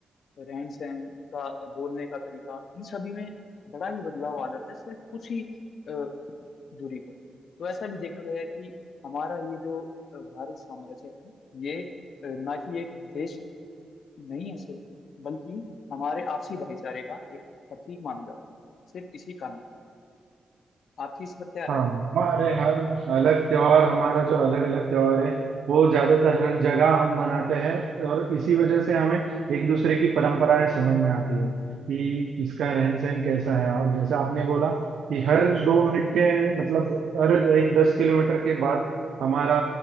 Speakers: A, on the left (about 70°); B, on the right (about 75°).
A: रहन सहन उनका बोलने का तरीका इन सभी में बड़ा ही बदलाव आ जाता है सिर्फ कुछ ही अ, दूरी पर तो ऐसा भी देखा गया है कि हमारा ये जो अ, भारत साम्राज्य है ये अ, ना कि एक देश नहीं है सिर्फ बल्कि हमारे आपसी भाईचारे का एक प्रतीक माना जाता है सिर्फ इसी कारण आपकी इस पर क्या राय
B: हाँ
A: है?
B: हमारे हर अलग त्योहार हमारा जो अलग अलग त्योहार है वो ज्यादातर हर जगह हम मनाते हैं और इसी वजह से हमें एक दूसरे की परंपराएं समझ में आती है कि किसका रहन सहन कैसा है और जैसे आपने बोला कि हर दो मिनट के मतलब हर एक दस किलोमीटर के बाद हमारा